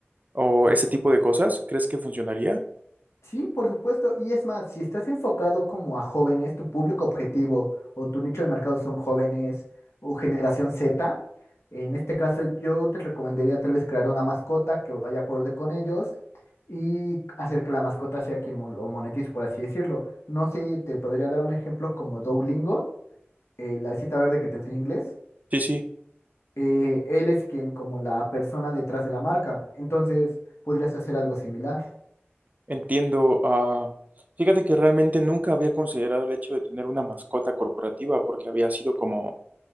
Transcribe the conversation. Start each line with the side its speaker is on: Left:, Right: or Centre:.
Right: o ese tipo de cosas? ¿Crees que funcionaría?
Left: Sí, por supuesto. Y es más, si estás enfocado como a jóvenes, tu público objetivo o tu nicho de mercado son jóvenes o generación Z, en este caso yo te recomendaría tal vez crear una mascota que vaya acorde con ellos y hacer que la mascota sea quien mon- lo monetice, por así decirlo. No sé, te podría dar un ejemplo como Duolingo, eh, la visita verde que te enseña inglés.
Right: Sí, sí.
Left: eh, él es quien como la persona detrás de la marca. Entonces, podrías hacer algo similar.
Right: Entiendo. ah, fíjate que realmente nunca había considerado el hecho de tener una mascota corporativa porque había sido como,